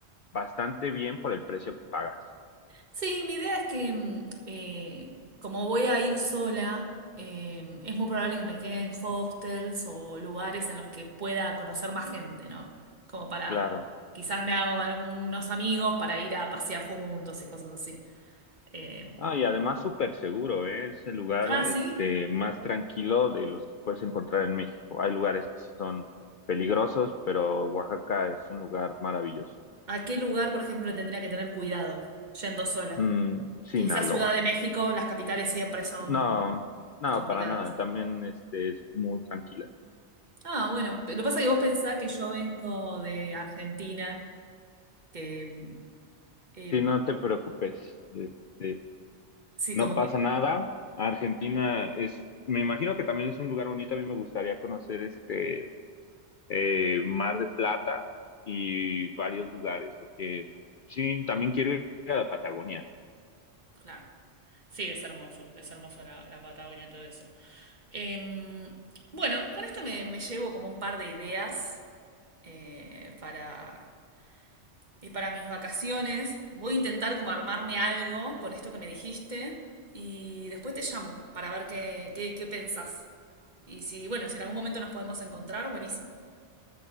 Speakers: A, on the left; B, on the right.
A: bastante bien por el precio que pagas.
B: Sí, mi idea es que mm, eh, como voy a ir sola, eh, es muy probable que me quede en hostels o lugares en los que pueda conocer más gente, ¿no? Como para,
A: Claro.
B: quizás me hago algunos amigos para ir a pasear juntos y cosas así. Eh,
A: Ah, y además súper seguro, ¿eh? Es el lugar
B: ah,
A: este
B: sí.
A: más tranquilo de los que puedes encontrar en México. Hay lugares que sí son peligrosos, pero Oaxaca es un lugar maravilloso.
B: ¿A qué lugar, por ejemplo, le tendría que tener cuidado yendo sola?
A: Mm, Sinaloa.
B: Quizás Ciudad de México, las capitales siempre son
A: No, no,
B: complicadas.
A: para nada. También este es muy tranquila.
B: Ah, bueno, lo que pasa es que vos pensás que yo vengo de Argentina, que em, Em,
A: Sí, no te preocupes. Este,
B: sí,
A: no
B: como
A: pasa
B: que...
A: nada. Argentina es, me imagino que también es un lugar bonito. A mí me gustaría conocer este eh, Mar de Plata y varios lugares, porque sí, también quiero ir a la Patagonia.
B: Claro. Sí, es hermoso, es hermoso la, la Patagonia y todo eso. Em, bueno, con esto me, me llevo como un par de ideas eh, para, y para mis vacaciones. Voy a intentar como armarme algo con esto que me dijiste y después te llamo para ver qué, qué, qué pensás. Y si, bueno, si en algún momento nos podemos encontrar, buenísimo.